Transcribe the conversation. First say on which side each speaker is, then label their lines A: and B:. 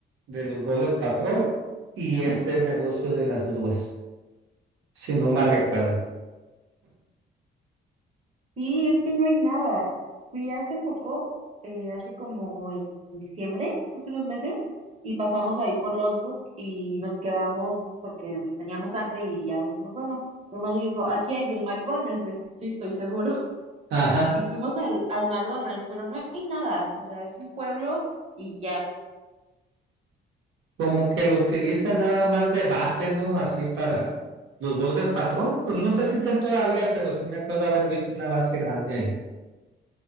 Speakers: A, on the right; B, on the right.
A: de los Border Patrol y ese negocio de las grúas, si no mal recuerdo.
B: sí, es que no hay nada. Fui hace poco, eh, hace como en diciembre, hace unos meses, y pasamos ahí por Losburg y nos quedamos porque pues teníamos hambre y ya decimos, bueno, mi hermano dijo, aquí hay un McDonald's, de eso sí, estoy seguro. <laughs>
A: Ajá.
B: Y fuimos al, al McDonald's, pero no hay nada. O sea, es un pueblo y ya.
A: Como que lo utiliza nada más de base, ¿no? Así para los bordes patrón. Pues no sé si están todavía, pero sí me acuerdo haber visto una base grande ahí.